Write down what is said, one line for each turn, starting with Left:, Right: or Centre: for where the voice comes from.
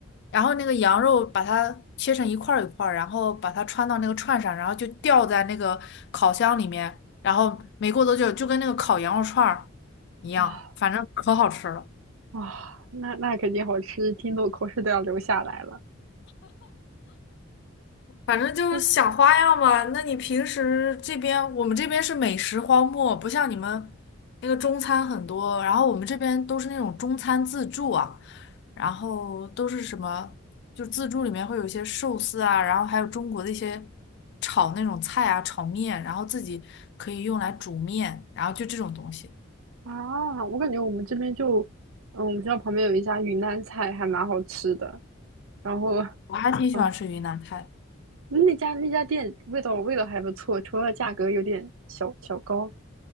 Left: 然后那个羊肉把它切成一块儿一块儿，然后把它穿到那个串上，然后就吊在那个烤箱里面，然后没过多久就跟那个烤羊肉串儿一样，
Right: 啊，
Left: 反正可好吃了。
Right: 哇，那那肯定好吃，听得我口水都要流下来了。
Left: 反正就是想花样吧。
Right: 就
Left: 那你平时这边，我们这边是美食荒漠，不像你们那个中餐很多，然后我们这边都是那种中餐自助啊，然后都是什么，就自助里面会有一些寿司啊，然后还有中国的一些炒那种菜啊，炒面，然后自己可以用来煮面，然后就这种东西，
Right: 啊，我感觉我们这边就，嗯，我们学校旁边有一家云南菜，还蛮好吃的。然后，
Left: 我还挺喜欢吃云南菜。
Right: 啊，那家那家店味道味道还不错，除了价格有点小小高。